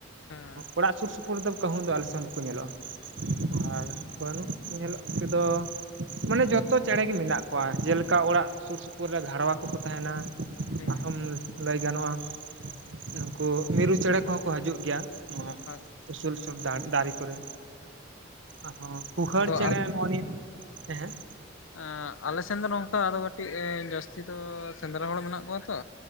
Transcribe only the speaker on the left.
ᱦᱮᱸ
ᱦᱩᱸ
ᱟᱪᱪᱷᱟ
ᱟᱫᱚ
ᱮᱸᱜ ᱟᱞᱮ ᱥᱮᱱ ᱫᱚ ᱱᱚᱝᱠᱟ ᱠᱟᱹᱴᱤᱡ ᱡᱟᱹᱥᱛᱤ ᱫᱚ ᱥᱮᱸᱫᱽᱨᱟ ᱦᱚᱲ ᱢᱮᱱᱟᱜ ᱠᱚᱣᱟ ᱛᱚ᱾